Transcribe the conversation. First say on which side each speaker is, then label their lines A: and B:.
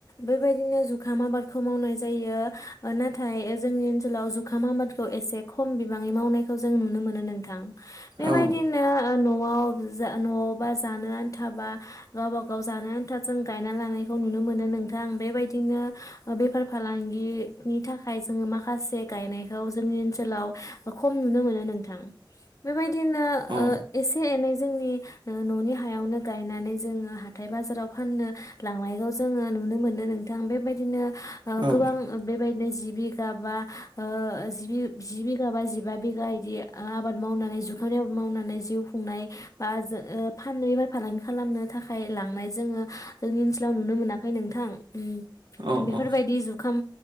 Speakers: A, on the left (about 40°); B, on the right (about 70°).
A: बेबायदिनो जुखाम आबादखौ मावनाय जायो। नाथाय जोंनि ओनसोलाव जुखाम आबादखौ एसे खम बिबाङै मावनायखौ जों नुनो मोनो नोंथां। बेबायदिनो
B: औ
A: न'आव न'आवबा जानो आनथाबा गावब गाव जानो आन्था जों गायना लांनायखौ नुनो मोनो नोंथां बेबायदिनो बेफा फालांगिनि थाखाय जोङो माखासे गायनायखौ जोंनि ओनसोलाव खम नुनो मोनो। नोंथां बेबाय दिनो
B: औ
A: ओ एसे एनै जोंनि न'नि हायावनो गायनानै जोङो हाथाय बाजाराव फाननो लांनायखौ जोङो नुनो मोनो नोंथां बेबायदिनो ओ
B: अ
A: गोबां बेबायदिनो जि बिगाबा ओ जिबि-् जि बिगा बा जिबा बिगा बिदि आब मावनानै जुखाम मावनानै जिउ खुंनाय बा जो ओ फाननो एबा फालांगि खालामनो थाखाय लांनाय जोङो जोंनि ओनसोलाव नुनो मोनाखै नोंथां उम
B: औ अ
A: बेफोरबायदि जुखाम